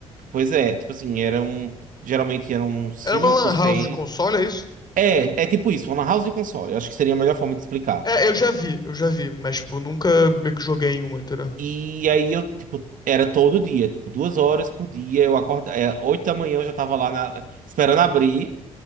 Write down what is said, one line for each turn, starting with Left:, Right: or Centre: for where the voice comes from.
Right: pois é, tipo assim, era um, geralmente eram cinco
Left: Era uma lan
Right: seis
Left: house de console, é isso?
Right: é, é tipo isso, uma house de console. Eu acho que seria a melhor forma de explicar.
Left: É, eu já vi, eu já vi, mas, tipo, nunca meio que joguei em uma, entendeu?
Right: E aí eu, tipo, era todo dia, tipo, duas horas por dia. Eu acordava, é, oito da manhã eu já tava lá na- esperando abrir,